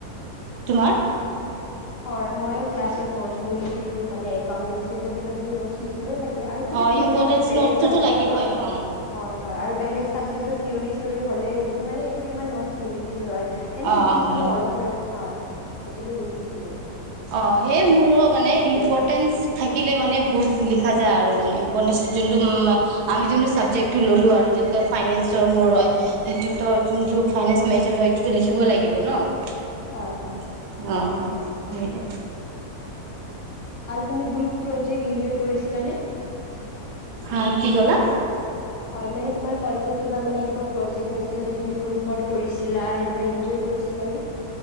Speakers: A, on the right; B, on the left.
A: তোমাৰ?
B: হয় মইয়ো ক্লাছত নোটছ বোৰ লিখিছিলো মানে একাউণ্টেঞ্চিটো কিবা কিবি নটছ লিখি সেইবোৰে লাগে আৰু কিবা
A: অ
B: থিওঁৰি
A: ইম্পৰ্টেঞ্চ
B: মানে বেলেগ
A: নোটটোতো
B: চাবজেক্টৰ
A: লাগিবই
B: হয়।
A: অ
B: হয় হয় আৰু বেলেগ চাবজেক্টৰ থিউৰি চিউৰি হ'লে এইবোৰ মানে এইটো ই নটছ নিলিখিছিলো আৰু এনেই
A: অ
B: লিখিছিলো
A: হয়
B: অলপ চলপকে হয় এইটোতো লিখি শিকিছিলোঁ
A: অঁ সেই মোৰো মানে ইম্পৰ্টেন্ঞ্চ
B: কাৰণে
A: থাকিলে মানে বহুত লিখা যায় আৰু ইম্পৰ্টে যোনটো উমি যোনটো চাবজেক্টটো ল'লো আৰু যেনেে ফাইনেন্সৰ মোৰ হয় সেই তো ফাইনেন্স মেজৰ হয় থাকিব লাগিব ন
B: হয় হয়
A: অঁ সেই দে
B: আৰু তুমি গ্ৰুপ পজেক কৰিছিলানে
A: হা কি কলা
B: হয় মানে তোমাৰ কলেজত কিবা মানে এনেকুৱা প্ৰজেক্ হৈছিল যে তুমি গ্ৰুপত কৰিছিলা সেনেুৱা এনজয় কৰিছিলা নে